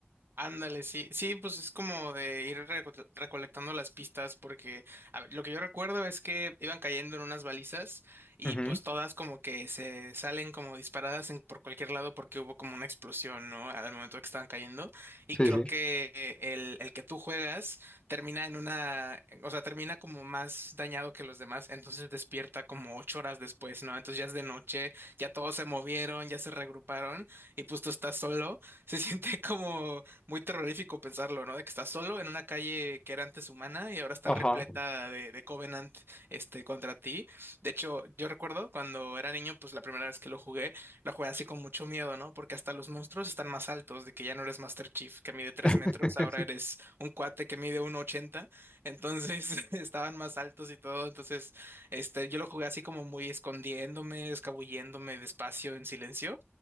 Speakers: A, on the right; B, on the left.
A: Ándale, sí, sí, pues es como de ir reco- recolectando las pistas porque, a ver, lo que yo recuerdo es que iban cayendo en unas balizas y
B: Ujú,
A: pues todas como que se salen como disparadas en- por cualquier lado porque hubo como una explosión, ¿no? Al momento que estaban cayendo y
B: Sí,
A: creo
B: sí.
A: que eh, el, el que tú juegas termina en una, eh, o sea, termina como más dañado que los demás, entonces despierta como ocho horas después, ¿no? Entonces ya es de noche, ya todos se movieron, ya se regruparon y pues tú estás solo <laughs> se siente como, muy terrorífico pensarlo, ¿no? De que estás solo en una calle que era antes humana y ahora está
B: Ajá.
A: repleta de, de Covenant, este, contra ti. De hecho, yo recuerdo cuando era niño, pues la primera vez que lo jugué, lo jugué así con mucho miedo, ¿no? Porque hasta los monstruos están más altos, de que ya no eres Master Chief que mide tres
B: <laughs>
A: metros, ahora eres un cuate que mide uno ochenta, entonces <laughs> estaban más altos y todo, entonces, este, yo lo jugué así como muy escondiéndome, escabulléndome despacio, en silencio.